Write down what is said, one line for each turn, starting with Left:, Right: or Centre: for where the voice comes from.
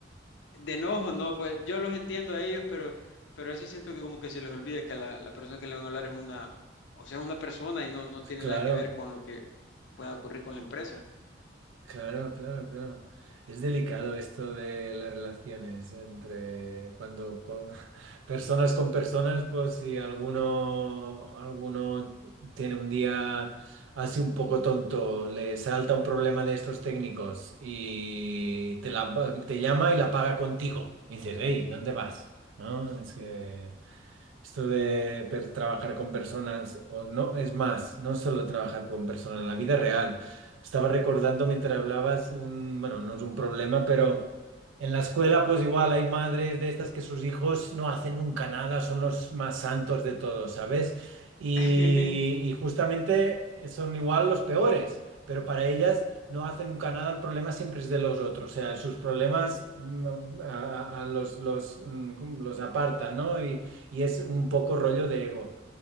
Left: De enojo, no, pues yo los entiendo a ellos, pero, pero a veces siento que como que se les olvida que la, la persona que le van a hablar es una, o sea, es una persona y no, no tiene
Right: claro.
Left: nada que ver con lo que pueda ocurrir con la empresa.
Right: Claro, claro, claro. Es delicado esto de las relaciones entre cuando con- <laughs> personas con personas, pues si alguno, alguno tiene un día así un poco tonto, le salta un problema de estos técnicos y te, la, te llama y la paga contigo. Y dices, hey, ¿dónde vas? ¿No? Es que... Esto de per- trabajar con personas, o no, es más, no solo trabajar con personas, en la vida real. Estaba recordando mientras hablabas, un, bueno, no es un problema, pero en la escuela pues igual hay madres de estas que sus hijos no hacen nunca nada, son los más santos de todos, ¿sabes? Y,
Left: <laughs>
Right: y justamente son igual los peores, pero para ellas no hacen nunca nada, el problema siempre es de los otros, o sea, sus problemas mm, a, a- a los, los, mm, los apartan, ¿no? Y es un poco rollo de ego.